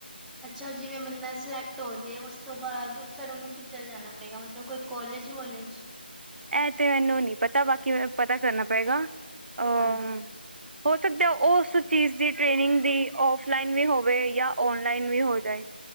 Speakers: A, in the centre; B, on the right (about 80°).
A: ਅੱਛਾ ਜਿਵੇਂ ਬੰਦਾ ਸਿਲੈਕਟ ਹੋਜੇ ਉਸ ਤੋਂ ਬਾਦ ਫੇਰ ਓਨੂੰ ਕਿੱਦਰ ਜਾਨਾ ਪਏਗਾ ਮਤਲਬ ਕੋਈ ਕੋਲੇਜ ਵੋਲੇਜ
B: ਐ ਤੇ ਮੈਨੂੰ ਨੀ ਪਤਾ ਬਾਕੀ ਮੈਂ ਪਤਾ ਕਰਨਾ ਪਏਗਾ। ਅ
A: ਹਨ
B: ਹੋ ਸਕਦਾ ਓਸ ਚੀਜ਼ ਦੀ ਟ੍ਰੇਨਿੰਗ ਦੀ ਔਫਲਾਈਨ ਵੀ ਹੋਵੇ ਜਾਂ ਔਨਲਾਈਨ ਵੀ ਹੋ ਤੇ